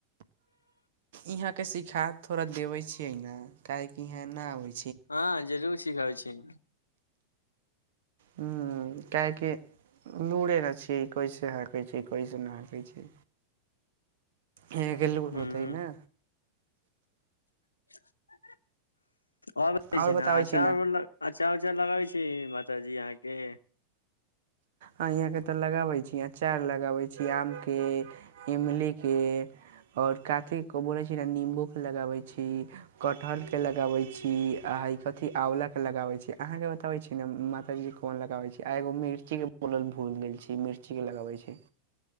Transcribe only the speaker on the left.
हँ, जरूर सिखाउ छी।
ह
<unintelligible> आओ
छै
न, आचार
व, अचार उचार लगवी छ की माताजी अहाँके